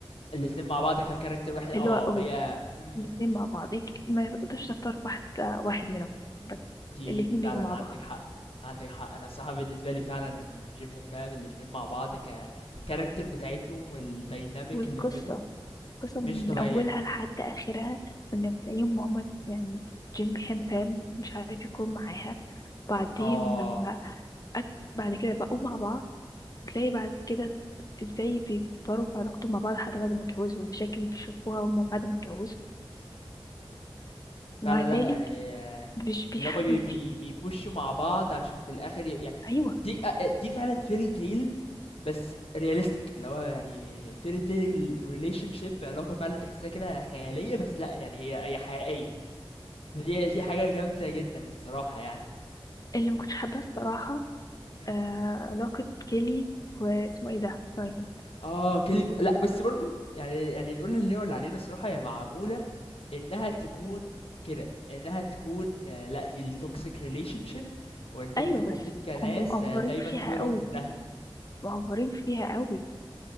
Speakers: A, on the left; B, on the left.
A: الاتنين مع بعض كcharacter واحد آه،
B: حلوة قوي
A: هي إمم،
B: الاتنين
A: إمم،
B: مع بعض
A: إمم.
B: يك- ما تقدرش تختار واحد آه، واحد منهم بس
A: دي
B: الاتنين
A: دي فعلًا
B: بيجوا مع
A: عندِك
B: بعض
A: حق، عندِك حق. أنا الصراحة بالنسبة لي فعلًا جيم وبام الاتنين مع بعض ك الCharacter بتاعتهم والdynamic
B: والقصة
A: اللي ما بينهم
B: قصة
A: مش
B: من
A: طبيعية.
B: أولها لحد آخرها من بتلاقيهم هما يعني جيم بيحب بام بس مش عارف يكون معاها بعدين
A: آه.
B: لما أك... بعد كده بقوا مع بعض تلاقي بعد كده ازاي بيكبروا في علاقتهم مع بعض حتى بعد ما اتجوزوا والمشاكل اللي بيشوفوها هما بعد ما اتجوزوا ومع
A: فعلًا
B: ذلك
A: لأ، يعني آه،
B: مش بيح...
A: اللي هُم بي
B: ما
A: بي
B: في...
A: بيpushوا مع بعض عشان في الآخر ي يعني
B: أيوة
A: دي أ دي فعلًا fairy tale بس realistic اللي هو يعني fairy tale relationship علاقة فعلًا تحسّيها كده خيالية بس لأ، يعني هي هي حقيقية. فدي دي حاجة جامدة جدًا الصراحة يعني.
B: اللي ما كنتش حابه الصراحه
A: إمم.
B: آه علاقه كيلي واسمه ايه ده راين
A: اه كلي لأ بس برضه يعني يعني نقول اللي هو اللي علينا الصراحة هي معمولة إنها تكون كده إنها تكون آه، لأ دي التوكسيك ريليشن شيب وإن انتوا
B: ايوه
A: المفروض
B: بس
A: كناس
B: هم مقفرين
A: آه، دايما
B: فيها
A: توير
B: قوي
A: اوف منها
B: مقفرين فيها قوي